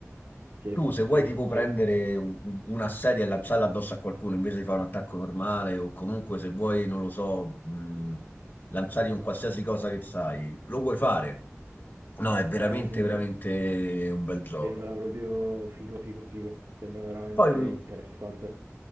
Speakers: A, on the right; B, on the left.
A: sì,
B: tu se vuoi
A: sì,
B: tipo prendere
A: sì.
B: u- u- una sedia e lanciarla addosso a qualcuno invece di fare un attacco normale o comunque se vuoi, non lo so, mh, lanciare un qualsiasi cosa che sai, lo puoi fare. No, è veramente,
A: Eh, sembra
B: veramente un bel gioco.
A: Sembra proprio figo, figo, figo. Sembra veramente
B: Poi mh,
A: interessante.